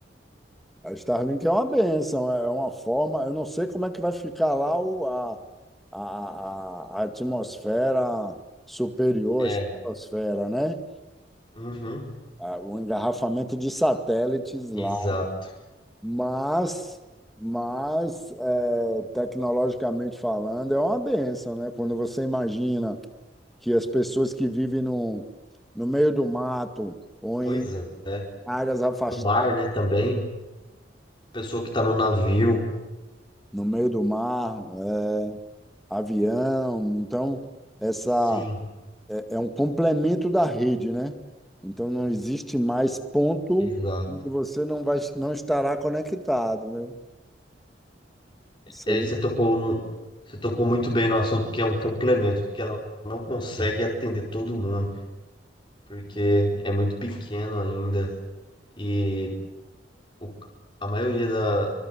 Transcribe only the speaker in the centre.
a Starlink é uma benção, é é uma forma. Eu não sei como é que vai ficar lá o, a, a, a a atmosfera superior
à estratosfera, né?
ah, o engarrafamento de satélites lá.
Mas, mas é, tecnologicamente falando, é uma benção, né? Quando você imagina que as pessoas que vivem no, no meio do mato ou
em
áreas afastadas,
no meio do mar, é, avião, então essa
é, é um complemento da rede, né? Então não existe mais ponto
em que você não vai, não estará conectado, né?
Isso
aí